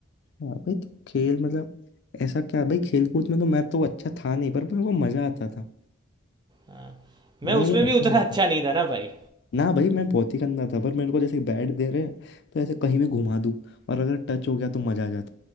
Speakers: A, on the left; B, on the right.
A: हाँ भाई तो खेल मतलब ऐसा क्या भाई खेल कूद में तो मैं तो अच्छा था नहीं पर मेरे को मजा आता था
B: हाँ मैं
A: मैं मतलब
B: उसमें भी
A: अच्छा
B: उतना अच्छा नहीं था ना भाई
A: ना भाई मैं बहुत ही गंदा था पर मेरे को जैसे बैट दे रहे हैं तो ऐसे कहीं भी घुमा दूं और अगर टच हो गया तो मजा आ